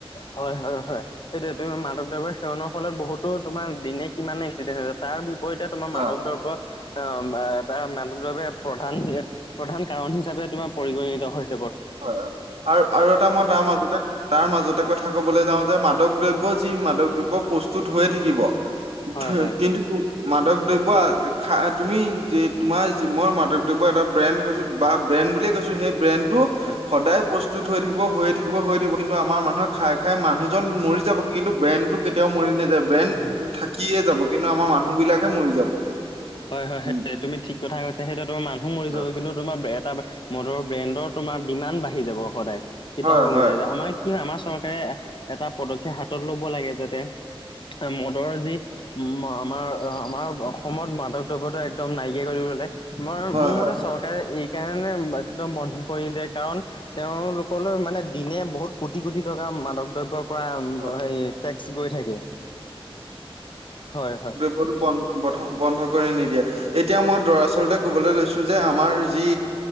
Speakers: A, on the left; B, on the right.
A: হয়, হয়, হয়, সেইটোয়ে তোমাৰ মাদক দ্ৰৱ্য সেৱনৰ ফলত বহুতো তোমাৰ দিনে কিমানে এক্সিডেন্ট হৈ য তাৰ বিপৰীতে তোমাৰ
B: অ'।
A: মাদক দ্ৰব্য আ, এটা মাদক দ্ৰব্য প্ৰধান প্ৰধান কাৰণ হিচাপে তোমাৰ পৰিগণিত হৈছ
B: হয়, হয়, আৰু-আৰু এটা মই তাৰ মাজতে তাৰ মাজতে কথা ক'বলৈ যাওঁতে মাদক দ্ৰব্য যি, মাদক দ্ৰব্য প্ৰস্তুত হৈয়ে থাকিব।
A: হয়
B: <unintelligible>
A: হয়
B: কিন্তু মাদক দ্ৰব্য খা-তুমি যে, তোমাৰ মই মাদক দ্ৰব্য এটা ব্ৰেণ্ড কৈছোঁ বা ব্ৰেণ্ড বুলিয়েই কৈছোঁ সেই ব্ৰেণ্ডটো
A: হয়।
B: সদায় প্ৰস্তুত হৈ থাকিব, হৈয়ে থাকিব, হৈ থাকিব, কিন্তু আমাৰ মানুহে খাই, খাই মানুহজন মৰি যাব কিন্তু ব্ৰেণ্ডটো কেতিয়াও মৰি নাযায়। ব্ৰেণ্ড
A: উম
B: থাকিয়ে যাব, কিন্তু আমাৰ মানুহ বিলাকহে মৰি যাব।
A: হয়, হয়,
B: উম
A: সে তুমি ঠিক কথা কৈছা, সেইটোৱে তোমাৰ মানুহ মৰি
B: হয়
A: যাব, কিন্তু তোমাৰ এটা মদৰ ব্ৰেণ্ডৰ তোমাৰ ডিমাণ্ড বাঢ়ি যাব সদায়, কেতিয়াও
B: হয়
A: কমি
B: হয়
A: নেযায় আমাৰ কি আমাৰ চৰকাৰে এটা পদক্ষেপ হাতত ল'ব লাগে যাতে মদৰৰ যি উম, আমাৰ-আমাৰ অসমত মাদক দ্ৰব্যটো একদম নাইকিয়া কৰি দিব লাগে। মই
B: হয়
A: মোৰ
B: হয় হয়,
A: মতে চৰকাৰে এই কাৰণে একদম বন্ধ কৰি নিদিয়ে কাৰণ তেওঁলোকলৈ মানে দিনে বহুত কোটি, কোটি টকা মাদক দ্ৰব্যৰ পৰা
B: হয়।
A: হেই টেক্স গৈ থাকে। হয়, হয়।
B: ক'তো বন-বন্ধ-বন্ধ কৰি নিদিয়ে। এতিয়া মই দৰাচলতে ক'বলৈ লৈছো যে, আমাৰ যি